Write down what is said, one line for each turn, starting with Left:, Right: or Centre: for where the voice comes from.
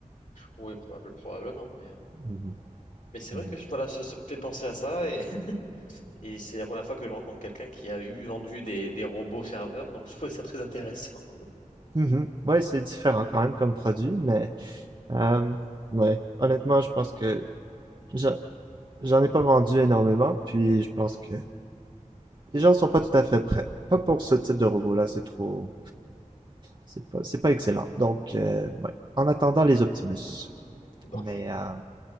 Left: Oui, probable, probablement, mais, euh,
Right: Mhm,
Left: mais c'est
Right: mhm.
Left: vrai que je- voilà, ça, ça me fait penser à ça et, <laughs> et c'est la première fois que je rencontre quelqu'un qui a eu vendu des, des robots serveurs, donc je trouvais ça très intéressant. <laughs>
Right: Mhm. Ouais, c'est différent quand même comme produit, mais euh, ouais, honnêtement, je pense que j'en j'en ai pas vendu énormément, puis je pense que les gens sont pas tout à fait prêts. Pas pour ce type de robot-là, c'est trop... C'est pas, c'est pas excellent. Donc, euh, ouais. En attendant les Optimus.
Left: Bon,
Right: Mais, euh,